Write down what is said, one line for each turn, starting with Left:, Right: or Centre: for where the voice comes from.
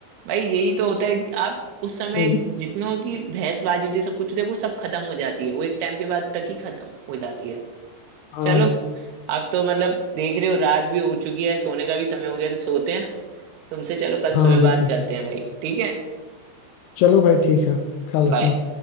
Right: भाई यही तो होता है कि आप उस समय
Left: हम्म,
Right: जितनों की बहसबाजी होती है सब कुछ होती है वो सब खत्म हो जाती है वो एक टाइम के बाद तक ही खत्म हो जाती है
Left: हाँ
Right: चलो अब तो मतलब देख रहे हो रात भी हो चुकी है सोने का भी समय हो गया तो सोते हैं तुमसे चलो कल
Left: हाँ
Right: सुबह
Left: हाँ बिल्कुल
Right: बात करते हैं भाई ठीक है
Left: चलो भाई ठीक है ख्याल
Right: बाय
Left: रखना